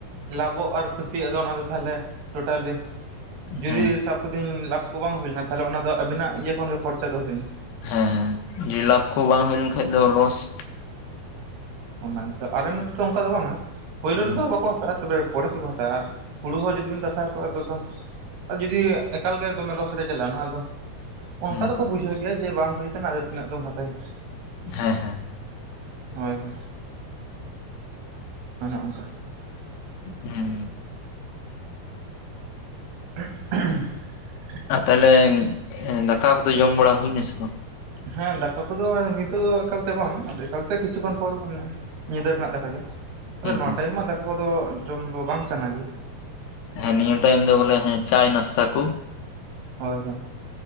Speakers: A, on the right; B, on the left.
A: ᱞᱟᱵᱚᱜ ᱟᱨ ᱠᱷᱚᱛᱤᱭᱟᱜ ᱫᱚ ᱚᱱᱟ ᱫᱚ ᱛᱟᱦᱚᱞᱮ ᱴᱳᱴᱟᱞᱤ ᱡᱩᱫᱤ
B: ᱦᱮᱸ
A: ᱥᱟᱵ ᱠᱟᱹᱫᱟᱹᱧ ᱞᱟᱵᱷ ᱠᱚ ᱵᱟᱝ ᱦᱩᱭ ᱞᱮᱱᱟ, ᱛᱟᱦᱚᱞᱮ ᱚᱱᱟ ᱫᱚ ᱟᱵᱤᱱᱟᱜ ᱤᱭᱟᱹ ᱠᱷᱚᱱ ᱜᱮ ᱠᱷᱚᱨᱪᱟ ᱫᱚ ᱦᱩᱭ ᱱᱟ ᱾
B: ᱦᱮᱸ, ᱦᱮᱸ ᱡᱩᱫᱤ ᱞᱟᱵᱷ ᱠᱚ ᱵᱟᱝ ᱦᱩᱭ ᱞᱮᱱᱠᱷᱟᱡ ᱫᱚ ᱞᱚᱥ ᱾
A: ᱚᱱᱟ ᱜᱮᱛᱚ, ᱟᱞᱮ ᱱᱚᱛᱮ ᱫᱚ ᱚᱱᱠᱟ ᱫᱚ ᱵᱟᱝᱼᱟ, ᱯᱳᱭᱞᱳ
B: ᱦᱩᱸ
A: ᱨᱮᱫᱚ ᱵᱟᱠᱚ ᱦᱟᱛᱟᱣᱟ ᱾ ᱛᱚᱵᱮ ᱯᱚᱨᱮ ᱛᱮᱠᱚ ᱦᱟᱛᱟᱣᱼᱟ, ᱟᱨ ᱦᱩᱲᱩ ᱦᱚᱸ ᱡᱩᱫᱤ ᱵᱤᱱ ᱠᱟᱛᱷᱟ ᱟᱠᱳ ᱟᱫᱚ ᱛᱚ ᱡᱩᱫᱤ ᱮᱠᱟᱞ ᱜᱮ ᱫᱚᱢᱮ ᱞᱚᱥ ᱨᱮ ᱪᱟᱞᱟᱣᱱᱟ ᱟᱫᱚ ᱚᱱᱠᱟ
B: ᱦᱩᱸ
A: ᱫᱚᱠᱚ ᱵᱩᱡᱷᱟᱹᱣ ᱜᱮᱭᱟ ᱡᱮ ᱵᱟᱝ ᱦᱩᱭ ᱠᱟᱱᱟ, ᱟᱫᱚ ᱛᱤᱱᱟᱹᱜ ᱫᱚᱢ ᱦᱟᱛᱟᱣᱟ ᱾
B: ᱦᱮᱸ, ᱦᱮᱸ ᱾
A: ᱦᱳᱭ ᱦᱳᱭ ᱚᱱᱮ ᱚᱱᱠᱟᱼᱼ
B: ᱦᱩᱸ
A: <inaudible>
B: ᱟᱨ ᱛᱟᱦᱞᱮ ᱫᱟᱠᱟ ᱠᱚᱫᱚ ᱡᱚᱢ ᱵᱟᱲᱟ ᱦᱩᱭ ᱱᱟ ᱥᱮ ᱵᱟᱝ
A: ᱦᱮᱸ ᱫᱟᱠᱟ ᱠᱚᱫᱚ ᱱᱤᱛᱚᱜ ᱫᱚ ᱮᱠᱟᱞ ᱛᱮ ᱵᱟᱝ ᱮᱠᱟᱞ ᱛᱮ ᱠᱤᱪᱷᱩ ᱠᱷᱚᱱ ᱯᱚᱨ ᱢᱟᱱᱮᱼᱼ ᱧᱤᱫᱟᱹ ᱨᱮᱱᱟᱜ ᱫᱟᱠᱟ ᱡᱚᱢ ᱟᱫᱚ
B: ᱦᱩᱸ
A: ᱱᱚᱣᱟ
B: ᱦᱩᱸ
A: ᱴᱟᱭᱤᱢ ᱢᱟ ᱫᱟᱠᱟ ᱠᱚᱫᱚ ᱡᱚᱢ ᱫᱚ ᱵᱟᱝ ᱥᱟᱱᱟ ᱜᱮᱭᱟ
B: ᱦᱮᱸ ᱱᱤᱭᱟᱹ ᱴᱟᱭᱤᱢ ᱫᱚ ᱵᱚᱞᱮ
A: ᱚᱱᱟᱛᱮ
B: ᱦᱮᱸ ᱪᱟᱭ ᱱᱟᱥᱛᱟ ᱠᱚ
A: ᱦᱳᱭ ᱦᱳᱭ